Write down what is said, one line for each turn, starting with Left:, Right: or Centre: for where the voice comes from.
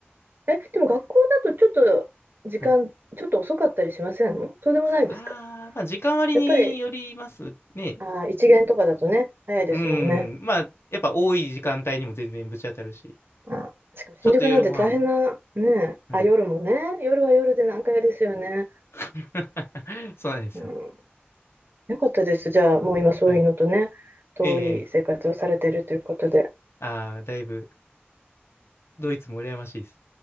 Right: え、でも学校だとちょっと時間、
Left: はい。
Right: ちょっと遅かったりしませんのそうでもないですか
Left: ああ、まあ、時間割によりますね。
Right: やっぱり、あー、一限とかだとね、早いですもんね。
Left: うん。まあ、やっぱ多い時間帯にも全然ぶち当たるし。
Right: あー、しかも新宿なんて大変な、
Left: ちょっと夜ご飯。
Right: ね、
Left: はい。
Right: あ、夜もね、夜は夜で難解ですよね。
Left: <laughs> そうなんですよ。
Right: うん。よかったです。じゃあ、もう今そういうのとね、
Left: は
Right: 遠い生活をされているということで。
Left: い。ええああー、だいぶ、ドイツも羨ましいです。